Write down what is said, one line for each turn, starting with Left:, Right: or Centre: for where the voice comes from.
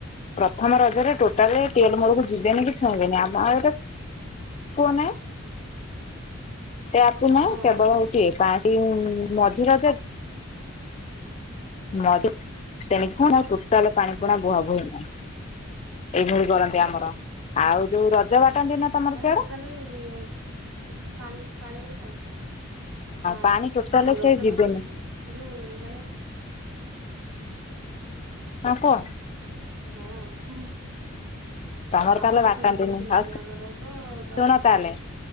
Left: ପ୍ରଥମ ରଜରେ ଟୋଟାଲ ଟିଅଲ ମୂଳକୁ ଯିବେନି କି ଛୁଇଁବେନି। ଆମ ଆଡେ କୁଅ ନାଇ। ଟିଆପ ନାହିଁ।
Right: ଓହୋ
Left: କେବଳ ହଉଛି ଇଏ ପା ସେ ମଝି ରଜ ମ ତେଣିକି କଣ ଆଉ ଟୋଟାଲ ପାଣି
Right: ହଁ
Left: ପୁଣା ବୁହାବୁହି ନାହିଁ। ଏଇଭଳି କରନ୍ତି ଆମର। ଆଉ ଯୋଉ ରଜ ବାଟାନ୍ତି ନା। ତମର
Right: ମାନେ
Left: ସିଆଡେ
Right: ଟୋଟାଲି କିଛି ପାଣି ପାଣି କରିଖାନ୍ତି। ହଁ
Left: ପାଣି ଟୋଟାଲ
Right: ନାଇଁ
Left: ସେ
Right: ରଜ
Left: ଯିବେନି
Right: ବାଟାନ୍ତିନି। ଏ ଯୋଉ ମାନେ
Left: ହଁ କୁହ।
Right: ହଁ ହୁଁ
Left: ତମର
Right: ଆମର
Left: ତାହେଲେ ବାଟାନ୍ତିନି
Right: ସେମିତି କିଛି ନାହିଁ
Left: ଆଉ
Right: ଆମର ତ ବା
Left: ଶୁଣ ତାହେଲେ